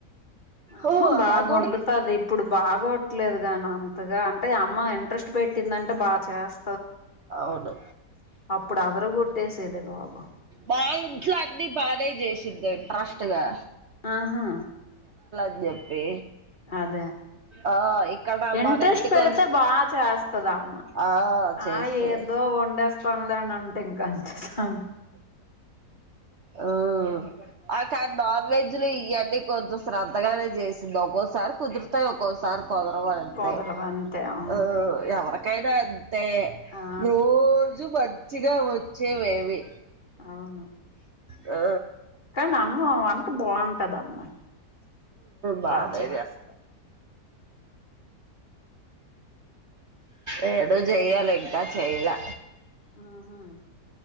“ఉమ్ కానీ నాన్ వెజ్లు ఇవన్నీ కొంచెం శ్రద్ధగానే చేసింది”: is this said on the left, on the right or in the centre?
Right